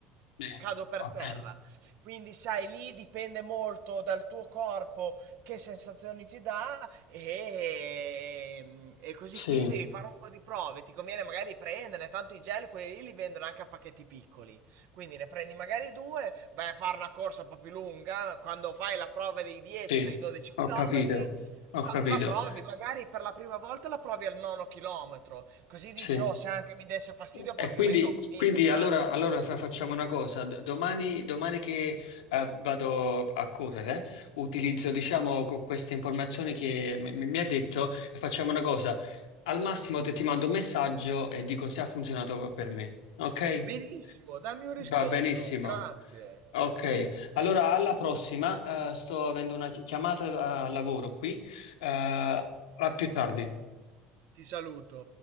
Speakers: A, on the left (about 90°); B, on the right (about 65°).
A: Sì,
B: cado per
A: ok.
B: terra. Quindi, sai, lì dipende molto dal tuo corpo che sensazioni ti dà e, mm, e così.
A: Sì,
B: Quindi devi fare un po' di prove. Ti conviene magari prenderne, tanto i gel, quelli lì li vendono anche a pacchetti piccoli. Quindi ne prendi magari due, vai a fare una corsa un po' più lunga. Quando fai la prova dei 10
A: sì,
B: o dei 12
A: ho
B: chilometri,
A: capito, ho capito,
B: la, la provi, magari per la prima volta la provi al nono chilometro. Così dici,
A: sì.
B: oh, se anche mi desse fastidio,
A: E
B: praticamente
A: quindi,
B: ho finito,
A: quindi
B: mi
A: allora,
B: manca un
A: allora
B: chilometro.
A: fa- facciamo una cosa. D- Domani, domani che eh, vado a correre, utilizzo, diciamo, co- queste informazioni che mi, mi- mi ha detto e facciamo una cosa. Al massimo te- ti mando un messaggio e dico se ha funzionato per me. Ok?
B: Benissimo, dammi un riscontro,
A: Va benissimo.
B: grazie,
A: Ok, allora alla prossima. eh, sto avendo una chi- chiamata a lavoro qui. eh, a più tardi.
B: ti saluto.